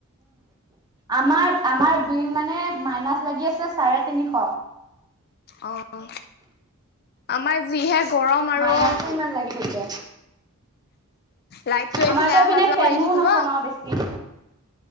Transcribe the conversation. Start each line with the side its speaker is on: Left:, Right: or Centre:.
Right: আমাৰ আমাৰ বিল মানে মাইনাছ লাগি আছে চাৰে তিনিশ।
Left: অ আমাৰ যিহে গৰম আৰু
Right: মাইনাচে ইমান লাগি থাকে,
Left: লাইটটো এইফালে
Right: আমাৰতো এইপিনে
Left: অহা যোৱা
Right: ফেনো
Left: কৰি থাকিব
Right: নচলাও বেছি।